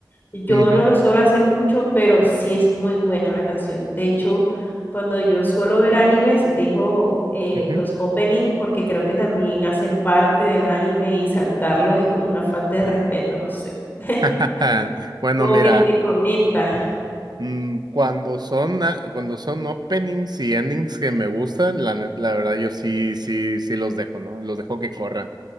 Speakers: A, on the left; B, on the right.
A: Yo
B: Ujú,
A: no lo suelo hacer mucho, pero sí es muy buena la canción. De hecho, cuando yo suelo ver animes, dejo eh,
B: ujú.
A: los opening porque creo que también hace parte del anime y saltarlos es como una falta de respeto, no sé. <laughs>
B: <laughs> Bueno,
A: Como
B: mira.
A: que te conecta
B: Mm, Cuando son, a- cuando son openings y endings que me gustan, la, net- la verdad yo sí, sí, sí los dejo, ¿no? Los dejo que corran.